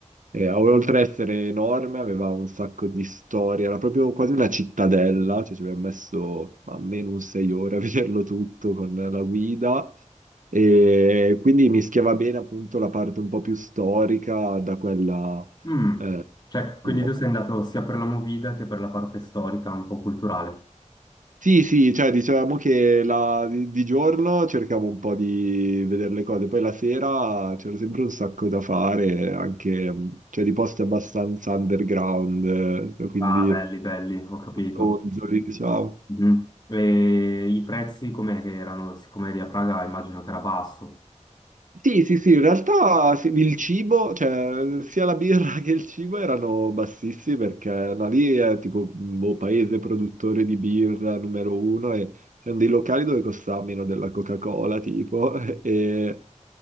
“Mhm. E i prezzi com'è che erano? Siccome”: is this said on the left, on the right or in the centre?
Left